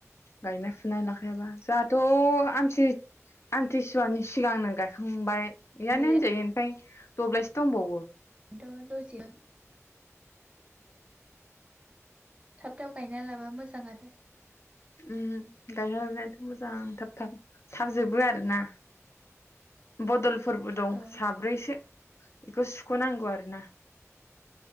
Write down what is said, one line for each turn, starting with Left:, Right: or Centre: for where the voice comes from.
Left: गायनाय फुनाय लाखायाबा जाहाथ' थ' आमथि आमथिसुवानि सिगांनो गायखांबाय। गैयानो
Right: मैयाथ'
Left: होनजायो ओमफाय दब्लायसे दंबावो।
Right: अ दसेनो थाब थाब गायना लाबा मोजां आरो
Left: उम गायना लानायाथ' मोजां थाब थाब थाब जोबो आरो ना बदलफोरबो दं
Right: औ
Left: साब्रैसो बेखौ सुख'नांगौ आरो ना